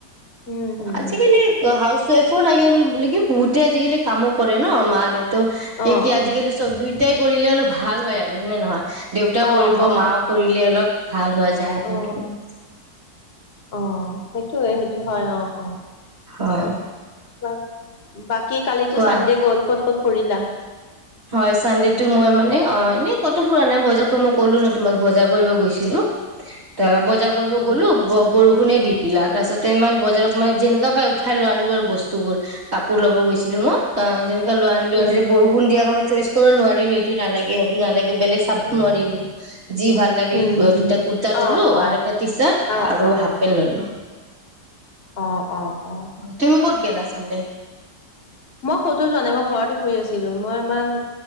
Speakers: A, on the left; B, on the right.
A: উম হম
B: আজিকালি
A: হম
B: হাউচ ৱাইফ'- ক লাগে বো বোলে কি বহুতে আজিকালি কামো কৰে ন মা দেউত কি
A: অ
B: কি আজিকালি
A: অ
B: চব দুই কৰিলে অলপ ভাল হয় আৰু হেনে নহয়? দেউতাও
A: অ
B: কৰিব
A: অ
B: মাও কৰিলে অলপ ভাল হোৱা যায় আৰু
A: অ
B: সেইটোৱে।
A: অ', সেইটোয়ে সেইটো হয় অ'। অ'।
B: হয়।
A: ব বাকী কি কালিটো
B: কোৱা
A: চানডে গ'ল ক'ত ক' কৰিলা
B: হয় চানডে টো মই মানে অ' এনেই কত ফুৰা নাই বজাৰ মই ক'লো ন তোমাক বজাৰ কৰিব গৈছিলো, ত পজা কৰিব
A: অ
B: গ'লো বৰষ খোনে দি দিলা, তাৰপাছতে ইমান বজাৰত মানে যেনেকা পাই উঠাই ল আনলো আৰু বস্তুবোৰ, কাপোৰ লব গৈছিলো মই অ' যে লো আনলো
A: উম
B: আৰু যে বৰষূণ মই চইচ কৰিব নোৱাৰিলো সটো নালাগে সেটো নালাগে বেলেগ চাব
A: উম
B: নোৱাৰিলো,
A: হম
B: যি ভাল লাগিল
A: উম হম
B: দুটা কুৰ্তা ললো
A: অ অ
B: আৰু এটা টি চাৰ্ট
A: অ
B: আৰু
A: অ
B: হাফ পেণ্ট ললো।
A: অ', অ'। অ
B: তুমি ক'ত গেলা চানডে।
A: মই কতো যোৱা নাই, মই ঘৰতে শুই আছিলো, মই ইমান